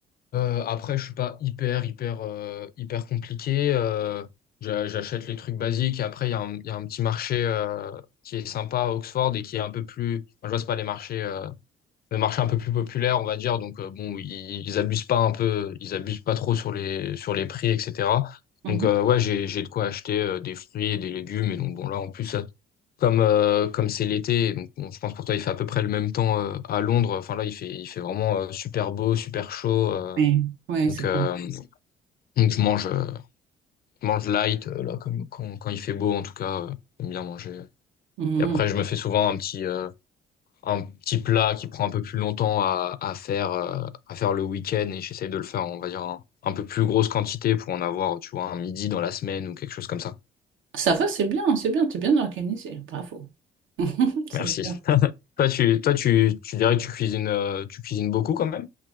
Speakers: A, on the left; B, on the right.
A: euh, après, je suis pas hyper, hyper, euh, hyper compliqué, euh, j'a- j'achète les trucs basiques, et après, il y a un, il y a un petit marché, euh, qui est sympa à Oxford et qui est un peu plus, enfin, je vois, c'est pas les marchés, euh, le marché un peu plus populaire, on va dire. Donc euh, bon, ils, ils abusent pas un peu, ils abusent pas trop sur les sur les prix, etc.
B: Mhm.
A: Donc euh, ouais, j'ai j'ai de quoi acheter euh, des fruits et des légumes. Et donc bon là, en plus euh, comme euh, comme c'est l'été, donc bon, je pense pour toi il fait à peu près le même temps euh, à Londres. Enfin là, il fait il fait vraiment euh, super beau, super chaud. euh,
B: Oui, oui,
A: donc
B: c'est
A: euh,
B: comme
A: donc je mange euh, je mange light euh, là comme quand, quand il fait beau en tout cas. euh, j'aime bien manger.
B: Mhm.
A: Et après, je me fais souvent un petit euh, un petit plat qui prend un peu plus longtemps à, à faire, euh, à faire le week-end et j'essaye de le faire, on va dire, en un peu plus grosse quantité pour en avoir, tu vois, un midi dans la semaine ou quelque chose comme ça.
B: Ça va, c'est bien, c'est bien, tu es bien organisé, bravo. <laughs> C'est
A: Merci.
B: bien.
A: Toi, tu, toi, tu, tu dirais que tu cuisines, euh, tu cuisines beaucoup quand même?